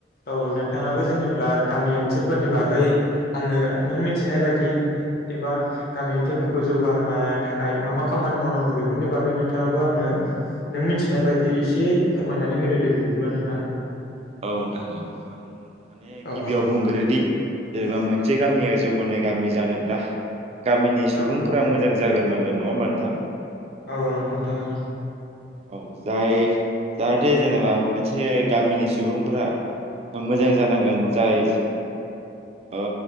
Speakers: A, on the left (about 55°); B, on the right (about 35°).
A: औ नोंथाङाबो जेनेबा गामि ओनसोलफोरनि बागै आंनो नों मिथिनाय बायदि एबा गामि ओनसोलफोरखौ जौगाहोनो थाखाय मा मा खामानि मावनांगौ बेफोरनि बागै नों थाङाबो आंनो नों मिथिनाय बायदि एसे फोरमायनानै होदो दे बिबदिबा नोंथां।
B: औ नोंथां औ आं माने
A: औ
B: गिबियाव बुंग्रोदि जेनेबा मोनसे गामिया जौगानाय गामि जानोब्ला गामिनि सुबुंफोरा
A: औ
B: मोजां जाग्रोनांगोन नङा होनबा नोंथां?
A: औ नंगौ नोंथां अ
B: औ जाय जाहाथे जेनेबा मोनसे गामिनि सुबुंफोरा ओ मोजां जानांगोन
A: औ
B: जायस ओ